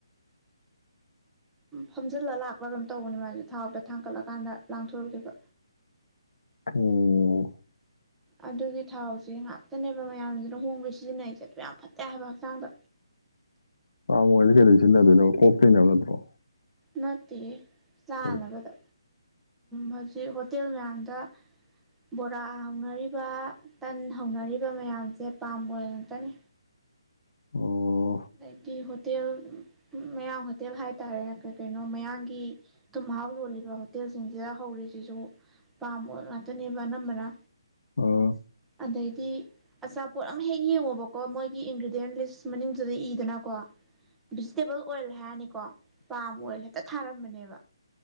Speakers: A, in the centre; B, on the left (about 85°).
A: ꯐꯝꯖꯤꯜꯂꯒ ꯂꯥꯛꯄ꯭ꯔꯥ ꯀꯝ ꯇꯧꯕꯅꯤ ꯃꯥꯁꯦ ꯊꯥꯛꯇ ꯊꯥꯡꯀꯠꯂꯀꯥꯟꯗ ꯂꯥꯡꯊꯣꯔꯛꯈꯤꯕ
B: ꯑꯣꯝ
A: ꯑꯗꯨꯒꯤ ꯊꯥꯎꯁꯦ ꯉꯥꯛꯇꯅꯦꯕ ꯃꯌꯥꯝ ꯂꯨꯍꯣꯡꯕꯩ ꯁꯤꯖꯤꯟꯅꯩꯁꯦ ꯑꯗꯨ ꯌꯥꯝ ꯐꯠꯇꯦ ꯍꯥꯏꯕ ꯍꯛꯆꯥꯡꯗ
B: ꯑ ꯃꯣꯏ ꯀꯦꯔꯤ ꯆ ꯑꯗꯨꯅ ꯀꯄꯩꯅ ꯅꯠꯇ꯭ꯔꯣ
A: ꯃꯦ ꯁꯅꯅꯕꯗ
B: ꯀꯔꯤ
A: ꯍꯧꯖꯤꯛ ꯍꯣꯇꯦꯜ ꯃꯌꯥꯝꯗ ꯕꯣꯔꯥ ꯍꯧꯅꯔꯤꯕ ꯇꯟ ꯍꯧꯅꯔꯤꯕ ꯃꯌꯥꯝꯁꯦ ꯄꯥꯝꯕ ꯑꯣꯏꯅ ꯉꯥꯛꯇꯅꯤ
B: ꯑꯣ
A: ꯑꯗꯩꯗꯤ ꯍꯣꯇꯦꯜ ꯃꯌꯥꯡ ꯍꯣꯇꯦꯜ ꯍꯥꯏꯇꯥꯔꯦ ꯀ ꯀꯩꯅꯣ ꯃꯌꯥꯡꯒꯤ ꯃꯍꯥꯛ ꯌꯣꯜꯂꯤꯕ ꯍꯣꯇꯦꯜꯁꯤꯡꯁꯤꯗ ꯍꯧꯔꯤꯁꯤꯁꯨ ꯄꯥꯝꯕ ꯉꯥꯛꯇꯅꯦꯕ ꯑꯅꯝꯕꯅ
B: ꯑꯥ
A: ꯑꯗꯩꯗꯤ ꯑꯆꯥꯄꯣꯠ ꯑꯃ ꯍꯦꯛ ꯌꯦꯡꯉꯣꯕꯀꯣ ꯃꯣꯏꯒꯤ ꯏꯟꯒ꯭ꯔꯤꯗꯤꯌꯦꯟ ꯂꯤꯁ ꯑ ꯃꯅꯤꯡꯗꯨꯗ ꯏꯗꯅꯀꯣ ꯚꯤꯖꯤꯇꯦꯕꯜ ꯑꯣꯏꯜ ꯍꯥꯏꯔꯅꯤ ꯀꯣ ꯄꯥꯝ ꯑꯣꯏꯜ ꯍꯦꯛꯇ ꯊꯥꯔꯝꯕꯅꯦꯕ